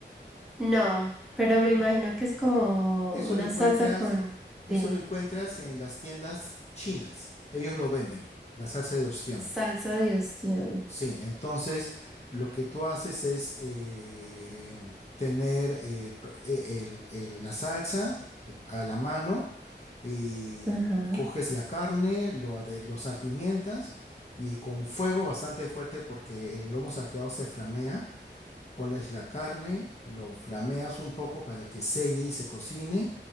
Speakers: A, in the centre; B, on the left.
A: No, pero me imagino que es como
B: Eso
A: una
B: lo encuentras,
A: salsa con,
B: eso
A: dime,
B: lo encuentras en las tiendas chinas. Ellos lo venden, la salsa de ostión.
A: salsa de ostión.
B: Sí, entonces lo que tú haces es eh, tener eh, pr- eh, el- el- la salsa eh, a la mano y
A: Ajá,
B: coges la carne, lo, ade- lo salpimientas y con fuego bastante fuerte porque el lomo salteado se flamea pones la carne, lo flameas un poco para que selle y se cocine,